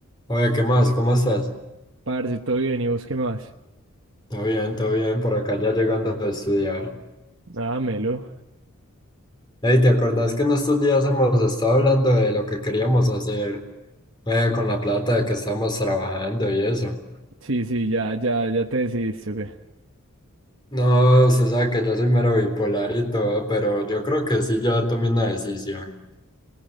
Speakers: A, on the left; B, on the right.
A: Oye, ¿qué más? ¿Cómo estás?
B: Parce, todo bien, ¿y vos qué más?
A: Todo bien, todo bien, por acá ya llegando a estudiar.
B: Ah, Melo.
A: Ey, ¿te acordás que en estos días hemos estado hablando de lo que queríamos hacer eh, con la plata de que estamos trabajando y eso?
B: Sí, sí, ya, ya, ya te decidiste, ¿o qué?
A: No, se sabe que yo soy mero bipolar y todo, pero yo creo que sí, yo tomé una decisión.